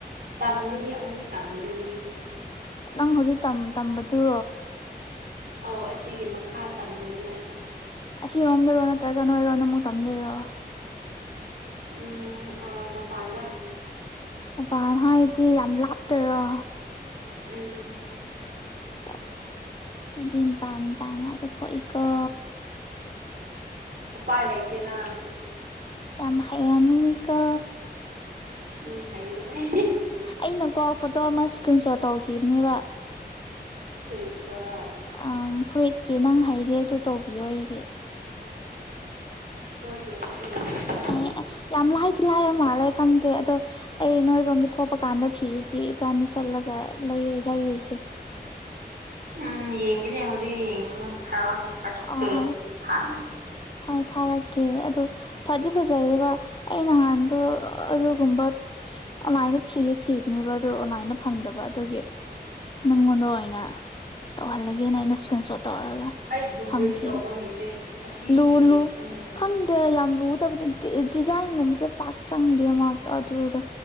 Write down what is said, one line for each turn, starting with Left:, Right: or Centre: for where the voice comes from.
Right: ꯇꯝꯒꯅꯤ ꯑꯃꯨꯛ ꯇꯝꯒꯅꯤ
Left: ꯅꯪ ꯍꯧꯖꯤꯛ ꯇꯝ ꯇꯝꯕꯗꯨ
Right: ꯑꯧ ꯑꯁꯤꯒꯤ ꯃꯈꯥ ꯇꯝꯒꯅꯤ ꯍꯥꯏꯕ
Left: ꯑꯁꯤꯔꯣꯝꯗꯔꯣ ꯅꯠꯇ꯭ꯔꯒ ꯅꯣꯏꯔꯣꯅ ꯑꯃꯨꯛ ꯇꯝꯗꯣꯏꯔꯣ
Right: ꯎꯝ ꯑ ꯃꯄꯥꯟꯗ
Left: ꯑꯣꯄꯥ ꯍꯥꯕꯗꯤ ꯌꯥꯝ ꯂꯥꯞꯇꯣꯢꯔꯣ
Right: ꯎꯝ
Left: ꯁꯦꯁ ꯃꯤꯗꯤ ꯃꯄꯥꯟ ꯄꯥꯡ ꯉꯥꯛꯇ ꯊꯣꯛꯏꯀꯣ
Right: ꯎꯄꯥꯥꯏ ꯂꯩꯇꯦꯅ
Left: ꯌꯥꯝ ꯍꯩꯔꯝꯅꯤꯀꯣ
Right: ꯎꯝ ꯍꯩꯕꯅꯦ
Left: ꯑꯩꯅꯀꯣ ꯐꯣꯇꯣ ꯑꯃ ꯏꯁꯀ꯭ꯔꯤꯟ ꯁꯣꯠ ꯇꯧꯈꯤꯕꯅꯦꯕ
Right: ꯀꯔꯤ ꯐꯣꯇꯣꯔꯥ
Left: ꯑ ꯐꯨꯔꯤꯠꯀꯤ ꯅꯪ ꯍꯩꯒꯦ ꯑꯗꯨ ꯇꯧꯕꯤꯌꯣ ꯑꯩꯒꯤ
Right: ꯍꯣꯢ <unintelligible>
Left: ꯑꯩ ꯑꯦ ꯌꯥꯝ ꯂꯥꯏꯗꯤ ꯂꯥꯏꯕ ꯃꯥꯜꯂꯦ ꯈꯪꯗꯦ ꯑꯗꯣ ꯑꯩ ꯅꯣꯏꯔꯣꯝꯗ ꯊꯣꯛꯄ ꯀꯥꯟꯗ ꯐꯤꯗꯨꯗꯤ ꯏꯕꯥꯅꯤ ꯆꯠꯂꯒ ꯂꯩ ꯂꯩꯔꯨꯁꯦ
Right: ꯎꯝ ꯌꯦꯡꯒꯦꯅꯦ ꯍꯧꯖꯤꯛ ꯌꯦꯡꯒꯦꯅꯦ ꯊꯥꯔꯛꯑꯣꯅꯦ ꯐꯥꯔꯁ
Left: ꯑꯍꯣꯏ
Right: ꯗꯦ ꯍꯥꯟꯅ
Left: ꯍꯣꯏ ꯊꯥꯔꯛꯀꯦ ꯑꯗꯣ ꯐꯗꯤ ꯐꯖꯩꯌꯦꯕ ꯑꯩ ꯅꯍꯥꯟꯗꯣ ꯑꯗꯨꯒꯨꯝꯕꯠ ꯑꯣꯟꯂꯥꯏꯟꯗ ꯊꯤꯗꯤ ꯊꯤꯕꯅꯦꯕ ꯑꯗꯨ ꯑꯣꯟꯂꯥꯏꯟꯗ ꯐꯪꯗꯕ ꯑꯗꯨꯒꯤ ꯅꯪꯉꯣꯟꯗ ꯑꯣꯏꯅ ꯇꯧꯍꯜꯂꯒꯦꯅ ꯑꯩꯅ ꯏꯁꯀ꯭ꯔꯤꯟ ꯁꯣꯠ ꯇꯧꯔꯒ
Right: ꯑꯩ ꯗꯨꯔꯗꯤ
Left: ꯊꯝꯈꯤꯕꯅꯦ
Right: ꯇꯧꯕ ꯍꯩꯇꯦ ꯑꯁꯤꯒꯤ
Left: ꯂꯨ ꯂꯨ
Right: ꯎꯝ
Left: ꯈꯪꯗꯦ
Right: ꯑꯁ
Left: ꯌꯥꯝ ꯂꯨꯠ ꯇꯕꯗꯤ ꯗꯤ ꯗꯤꯖꯥꯏꯟꯒꯨꯝꯕꯗꯤ ꯄꯥꯛ ꯆꯪꯗꯦ ꯃꯥ ꯑꯗꯨꯗꯣ